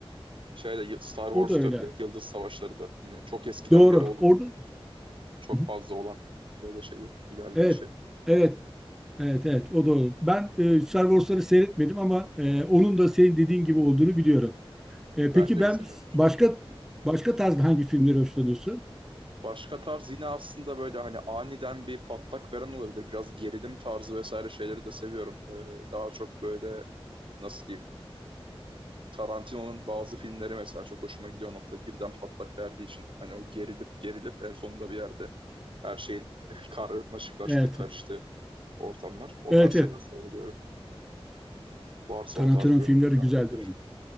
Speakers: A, on the right (about 55°); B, in the centre.
A: Şey de Star Wars
B: O da öyle
A: da öyle. Yıldız Savaşları da yine çok eskiden
B: Doğru.
A: beri olup
B: Orada
A: çok
B: Hı hı.
A: fazla olan böyle şeyi, ilerleyişi.
B: evet. Evet. Evet, evet, o doğru. Ben e, Star Wars'ları seyretmedim ama e, onun da senin dediğin gibi olduğunu biliyorum. E,
A: Ben
B: peki
A: de
B: ben
A: izlemedim.
B: başka başka tarzda hangi filmleri hoşlanıyorsun?
A: Başka tarz yine aslında böyle hani aniden bir patlak veren olabilir. Biraz gerilim tarzı vesaire şeyleri de seviyorum. Ee, daha çok böyle nasıl diyeyim Tarantino'nun bazı filmleri mesela çok hoşuma gidiyor o noktada. Birden patlak verdiği için. Hani o gerilip gerilip en sonunda bir yerde her şeyin <laughs> karmaşıklaştığı,
B: Evet.
A: karıştığı ortamlar. O
B: Evet,
A: tarz şeyler
B: evet.
A: sevebiliyorum. Varsa
B: Tarantino'nun
A: o tarz bir
B: filmleri
A: öneri falan
B: güzeldir
A: olabilir.
B: ama.